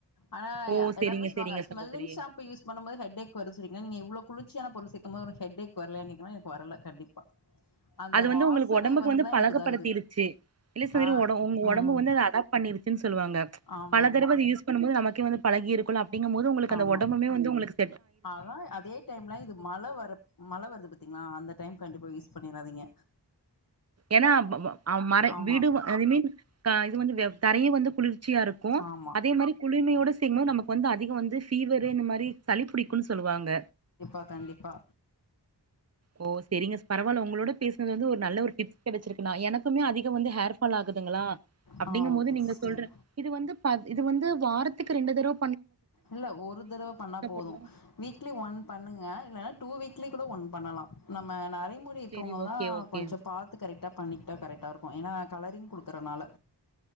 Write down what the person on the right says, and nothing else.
ஓ செரிங்க
செரிங்க
சகோதரி
அது வந்து
உங்ளுக்கு ஒடம்புக்கு
வந்து பழகப்படுத்திருச்சி
இல்ல சகோதரி
ஊ ஒட உங்க
ஒடம்பு வந்து அத அடாப் பண்ணிருச்சின் சொல்லுவாங்க
பல தடவ
அத யூஸ் பண்ணும் போது நமக்கே வந்து பலக் கிருக்குல்ல அப்டிங்கும் போது உங்குளுக்கு அந்த
ஒடம்புமே வந்து உங்குளுக்கு
ஏனா ப ம அ மர
வீடு ஐ மீன் கா இது வந்து தரையே வந்து குளுர்ச் சியாக்கோ
அதே மாரி குளிர்மயோட செய்யும்போது நமக்கு வந்து அதிக வந்து ஃபீவரு இந்த மாரி சளிப் புடிக்குன் சொல்லுவாங்க
ஓ செரிங்க ஸ் பரவால உங்ளோட பேஸ்னது வந்து ஒரு நல்ல ஒரு டிப்ஸ் கெடச்சிருக்குனா எனக்குமே அதிக் கோ வந்து ஹேர்ஃபால் ஆகுதுங்களா அப்டிங்கும்
மோது
நீங்க
சொல்ற இது வந்து பாத் இது வந்து வாரத்துக்கு ரெண்டு தரவ
பண்லா
செரி ஓகே
ஓகே